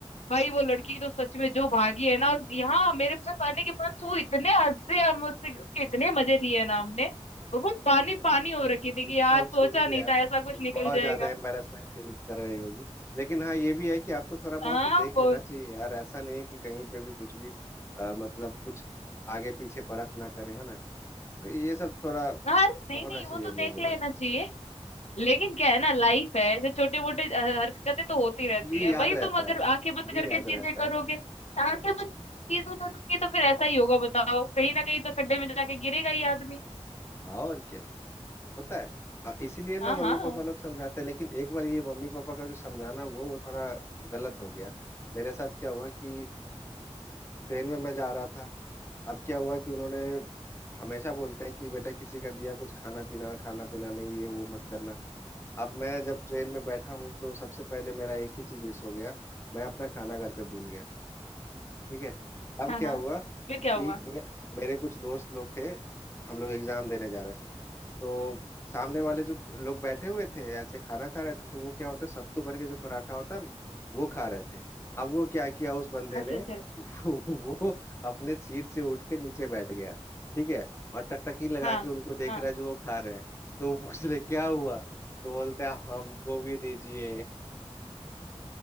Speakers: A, on the left (about 75°); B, on the left (about 25°).
A: भाई वो लड़की तो सच में जो भागी है ना और यहाँ मेरे पास आने के बाद वो इतने हंसे हम उससे उसके इतने मजे लिए हैं ना हमने और वो पानी
B: <laughs> मैं-
A: पानी हो
B: उसको
A: रखी थी
B: उसको
A: कि यार
B: अब
A: सोचा
B: छोड़ दो
A: नहीं
B: यार
A: था ऐसा कुछ
B: बहुत
A: निकल जाएगा
B: ज्यादा एम्बेरसमेंट फील कर रही होगी लेकिन हाँ ये भी है कि आपको थोड़ा बहुत
A: हाँ
B: तो देख
A: वो
B: लेना चाहिए यार ऐसा नहीं है कि कहीं पे भी कुछ भी अ, मतलब कुछ आगे पीछे परख ना करे है ना तो ये सब थोड़ा
A: हाँ अरे नहीं
B: होना
A: नहीं
B: चाहिए
A: वो तो देख
B: लोगों
A: लेना
B: में
A: चाहिए लेकिन क्या है ना लाइफ है ऐसे छोटे मोटे हरकतें तो होती रहती
B: ये
A: है
B: याद
A: भाई
B: रहता
A: तुम अगर
B: है
A: आंखें बंद
B: ये
A: करके
B: याद
A: चीजें
B: रहता
A: करोगे
B: है
A: आंखें बंद चीजें करोगे तो फिर ऐसा ही होगा बताओ कहीं ना कहीं तो खड्डे में जाके गिरेगा ही आदमी
B: हाँ और क्या होता है अ, इसीलिए ना
A: हाँ
B: मम्मी
A: हाँ
B: पापा लोग समझाते हैं लेकिन एक बार ये मम्मी पापा का जो समझाना हुआ वो थोड़ा गलत हो गया मेरे साथ क्या हुआ कि ट्रेन में मैं जा रहा था अब क्या हुआ कि उन्होंने हमेशा बोलते हैं कि बेटा किसी का दिया कुछ खाना पीना खाना पीना नहीं ये वो मत करना अब मैं जब ट्रेन में बैठा हूँ तो सबसे पहले मेरा एक ही चीज मिस हो गया मैं अपना खाना घर पे भूल गया ठीक है अब
A: हाँ
B: क्या
A: हाँ
B: हुआ
A: फिर क्या
B: कि
A: हुआ
B: मे, मेरे कुछ दोस्त लोग थे हम लोग एग्जाम देने जा रहे थे तो सामने वाले जो लोग बैठे हुए थे ऐसे खाना खा रहे थे तो वो क्या होता है सत्तू भर के जो पराठा होता है ना वो खा रहे थे अब वो क्या किया उस बंदे
A: अच्छा
B: ने
A: अच्छा
B: <laughs> वो अपने सीट से उठ के नीचे बैठ गया ठीक है और टकटकी लगा
A: हाँ
B: के उनको देख
A: हाँ
B: रहा है जो वो खा रहे हैं तो वो पूछ रहे क्या हुआ तो बोलते हैं हमको भी दीजिए